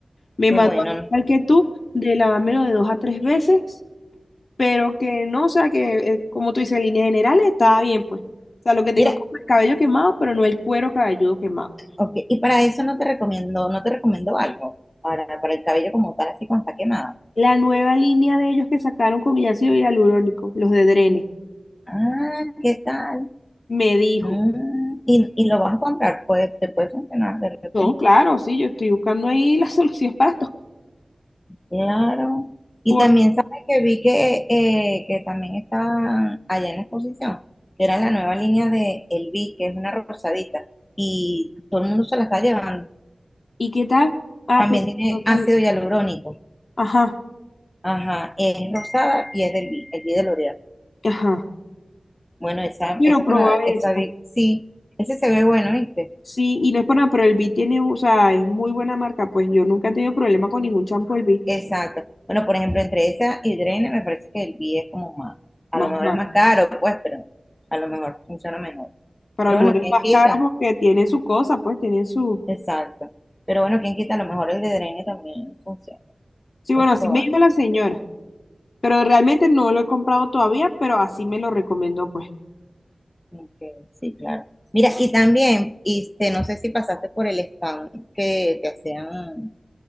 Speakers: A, on the left (about 75°); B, on the left (about 20°).
A: Me
B: Qué
A: mandó
B: bueno. ¿no?
A: al que tú de lavármelo de dos a tres veces, pero que no, o sea, que eh, como tú dices, en líneas generales estaba bien, pues. O sea, lo que tengo
B: Mira,
A: es como el cabello quemado, pero no el cuero cabelludo quemado.
B: ok. Y para eso no te recomiendo, no te recomiendo algo. Para, para el cabello como tal, así cuando está quemado.
A: La nueva línea de ellos que sacaron con ácido hialurónico, los de Drene,
B: Ah, ¿qué tal?
A: me dijo.
B: Mm, y, y lo vas a comprar, pues te puede funcionar de repente.
A: No, claro, sí, yo estoy buscando ahí las soluciones <laughs> para estos
B: Claro. Y
A: cortes.
B: también sabes que vi que, eh, que también estaba allá en la exposición, que era la nueva línea de El Vi, que es una rosadita. Y todo el mundo se la está llevando.
A: ¿Y qué tal? Ah,
B: También
A: pero
B: tiene
A: no todavía.
B: ácido hialurónico.
A: Ajá,
B: Ajá, es rosada y es del B, el Bee de L'Oreal.
A: ajá.
B: Bueno, esa,
A: Quiero
B: esa
A: probar
B: se la, esa
A: esta.
B: vi- sí, ese se ve bueno, ¿viste?
A: Sí, y no es por nada, pero el B tiene, o sea, es muy buena marca. Pues yo nunca he tenido problema con ningún champú del B,
B: Exacto. Bueno, por ejemplo, entre esa y Drene me parece que el B es como más, a
A: más
B: lo mejor
A: marca.
B: es más caro, pues, pero a lo mejor funciona mejor.
A: Pero
B: Pero
A: a lo mejor
B: bueno,
A: es
B: ¿quién
A: más
B: quita?
A: caro porque tiene su cosa, pues tiene su.
B: Exacto. Pero bueno, ¿quién quita? A lo mejor el de Drene también funciona.
A: Sí,
B: Puedes
A: bueno, así
B: probar.
A: me dijo la señora. Pero realmente no lo he comprado todavía, pero así me lo recomendó, pues.
B: Ok, Sí, claro. Mira, y también, este, no sé si pasaste por el stand que te hacían